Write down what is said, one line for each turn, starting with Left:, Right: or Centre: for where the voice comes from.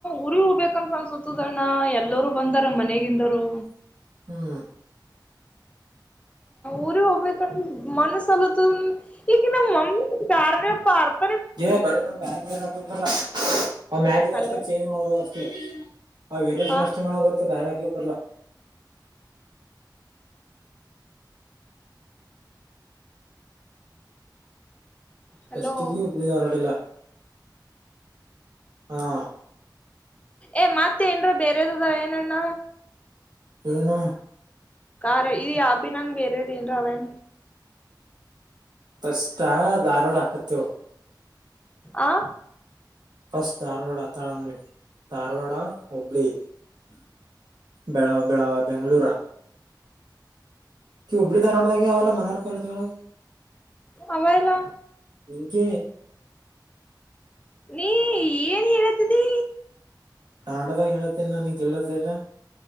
Left: ಉರಿ ಹೋಗ್ಬೇಕ ಕನ್ಫ ಸುತ್ತುದಣ್ಣ ಎಲ್ಲರುೂ ಬಂದಾರ ಮನೆಗಿಂದರು
Right: ಹ್ಮ್
Left: ಊರಿ ಹೋಗಬ ಕ ಮನಸ್ಲ ಈ ಮಮ್ಮಿ ಧಾರಣ ಪಾರ್ಥ
Right: ಇ ಬ ಬ ಬಾ ಅವ ಮ್ಯಾಗಿದ
Left: ಹಲೋ
Right: ಅಷ್ಟೇ ಚೇಂಜ್ ಮಾಡ್ಬೋದು ಅಷ್ಟೇ ಆ ವೇರಷನ್
Left: ಹ
Right: ಅಷ್ಟೇ ಮಾಡ ಬರ್ತ ಬೇರೆ ಹಾಕ್ಲಕ್ ಬರ್ಲ
Left: ಹಲೋ
Right: ಕಷ್ಟ ಇಬ್ರೋಡಿಲ್ಲ ಹಾ
Left: ಏ ಮತ್ತೆ ಏನ್ರ ಬೇರೆದದ ಏನಣ್ಣ
Right: ಏನು
Left: ಕಾರಾರ್ ಇದು ಯಾಪಿನಂಗ ಬರೆದನ್ ಅವನ್
Right: ಪಷ್ಟ ಧಾರವಾಡ ಹಾಕತ್ತೇವು
Left: ಆ
Right: ಫಸ್ಟ್ ಧಾರವಾಡ ತಳಂದ್ಬಿಟ್ಟು ಧಾರವಾಡ ಹುಬ್ಬಳಿ ಬೆಳ ಬೆಳಾವ ಬೆಂಗಳೂರ ಹಬ್ಳಿ ಧಾರವಾಡದಾಗ ಅವಾವಲ್ಲ ಮನರ್ ಕಾಲೇಜಗಳು
Left: ಅವ ಇಲ್ಲ
Right: ಇಕ
Left: ನೀ ಏನ್ ಹೇಳತಿದಿ
Right: ಕನ್ನಡದಾಗ ಹೇಳತ್ತೇನಿ ನ ಕೇಳದೆಲ್ಲ